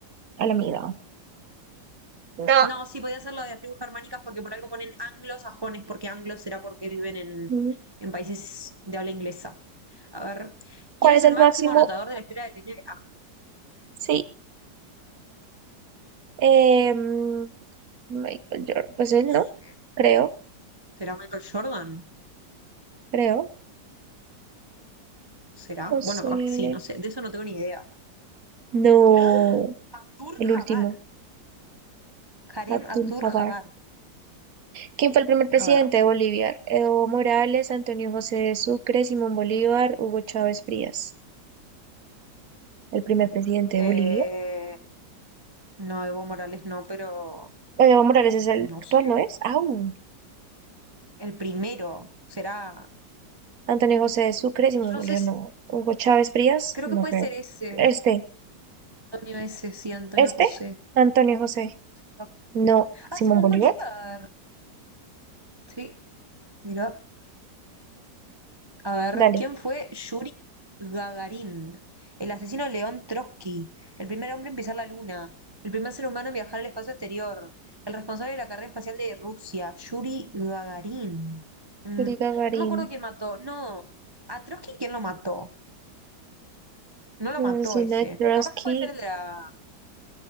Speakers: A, on the right; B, on the right.
A: a la amiga. No.
B: No, sí, podía ser lo de las tribus germánicas porque por algo ponen anglosajones, porque anglos será porque viven en,
A: Mm.
B: en países de habla inglesa. A ver, ¿quién
A: ¿Cuál
B: es
A: es
B: el
A: el
B: máximo
A: máximo?
B: anotador de la historia del NBA?
A: Sí. Eh, mm, Michael Jordan, pues él
B: No
A: no,
B: sé.
A: creo,
B: ¿Será Michael Jordan?
A: creo.
B: ¿Será?
A: Pues
B: Bueno,
A: eh,
B: capaz que sí, no sé. De eso no tengo ni idea.
A: no,
B: <laughs> Abdur
A: el
B: Jabbar.
A: último,
B: Harem
A: Abdul
B: Abdur
A: Jabbar.
B: Jabbar.
A: ¿Quién fue el primer presidente
B: A ver.
A: de Bolivia? Evo Morales, Antonio José de Sucre, Simón Bolívar, Hugo Chávez Frías. El primer presidente
B: eh,
A: de Bolivia.
B: no, Evo Morales no, pero
A: Pues, Evo Morales es el
B: no
A: actual,
B: sé.
A: ¿no es? ¡Au!
B: El primero será.
A: Antonio José de Sucre, Simón
B: Entonces,
A: Bolívar, no. Hugo Chávez Frías,
B: creo
A: no
B: que puede
A: creo.
B: ser ese.
A: Este,
B: Antonio ese, sí, Antonio
A: este,
B: José.
A: Antonio José,
B: Vamos que sí.
A: no. Simón
B: Ah, Simón
A: Bolívar,
B: Bolívar. Sí, mira. A ver,
A: dale.
B: ¿quién fue Yuri Gagarin? El asesino de León Trotsky, el primer hombre en pisar la luna, el primer ser humano en viajar al espacio exterior, el responsable de la carrera espacial de Rusia, Yuri Gagarin. Mm,
A: Yuri Gagarin.
B: no me acuerdo quién mató. No, a Trotsky, ¿quién lo mató? No lo
A: Asesina
B: mató ese.
A: de Trotsky,
B: Capaz que puede ser el de la...